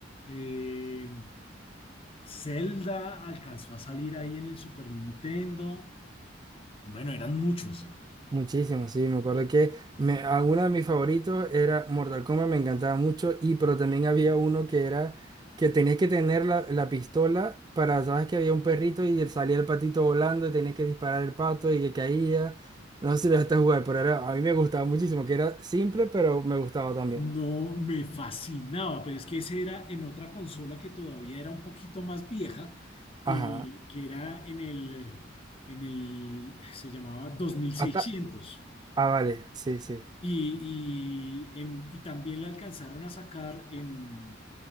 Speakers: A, on the left (about 30°); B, on the right (about 20°).
A: Eh, Zelda alcanzó a salir ahí en el Super Nintendo. Bueno, eran muchos.
B: Muchísimo, sí, me acuerdo que me, a- uno de mis favoritos era Mortal Kombat, me encantaba mucho, y pero también había uno que era que tenías que tener la, la pistola para, sabes que había un perrito y él salía el patito volando y tenías que disparar el pato y que caía. No sé si lo dejaste jugar, pero era, a mí me gustaba muchísimo, que era simple, pero me gustaba también.
A: No me fascinaba, pero es que ese era en otra consola que todavía era un poquito más vieja,
B: Ajá.
A: eh, que era en el, en el, se llamaba 2600.
B: Ata- ah, vale, sí, sí.
A: Y, y en- y también la alcanzaron a sacar en,